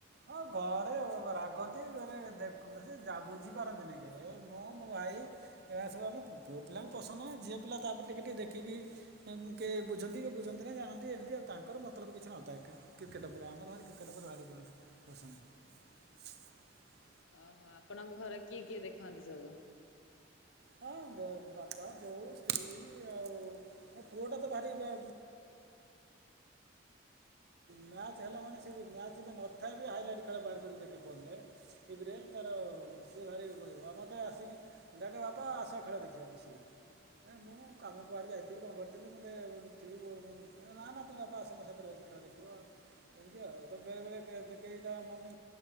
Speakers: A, on the right; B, on the left.
A: ହଁ ଘରେ ରାଗନ୍ତି ଘରେ ଦେଖନ୍ତୁ ସୋ ବୁଝିପାରନ୍ତିନି କି ମୁଁ ମୋ ଭାଇ ଏ ସବୁ ଆମେ ପୁଅ ପିଲାଙ୍କୁ ପସନ୍ଦ ନା ଝିଅ ପିଲା ତାପରେ ଟିକେ ଟିକେ ଦେଖିକି କିଏ ବୁଝନ୍ତି କି ବୁଝନ୍ତି ନା ଜାଣନ୍ତି ଏମିତି ଆଉ ତାଙ୍କର ମତଲବ କିଛି ନଥାଏ କ୍ରିକେଟ ଉପରେ ଆମର ଭାର କ୍ରିକେଟ ଉପରେ ବାଡ଼ି ପନ୍ତି ପସନ୍ଦ
B: ଓହୋ ଆପଣଙ୍କ ଘରେ କିଏ କିଏ ଦେଖନ୍ତି ସବୁ
A: ହଁ ବାପା ବୋଉ ସ୍ତ୍ରୀ ଆଉ ମୋ ପୁଅଟା ତ ଭାରି ଇଏ ମ୍ୟାଚ ହେଲା ମାନେ ସେ ମ୍ୟାଚ୍ ଏବେ ନଥାଏ ବି ହାଇଲାଇଟ୍ ଖେଳ ବାହାର କରିକି ଦେଖେ ପଡ଼ିଲେ ଏପରେ ତାର ସେିଏ ଭାରିହିବ ମତେ ଆସିକି ଡାକ ବା ବାପା ଆସ ଖେଳ ଦେଖିବା ମିଶିକି ଏ ମୁଁ କାମ କୁଆଡ଼େ ଯାଇଥିବି କଣ କରିଥିବି ମୋତେ ଥିବି ନା ନା ତୁ ବାପା ଆସ ମୋ ସାଥିରେ ବସି ଖେଳ ଦେଖିବ ଏମିତି ଆଉ ତ ବେଳେବେଳେ କେହି ତା ମମି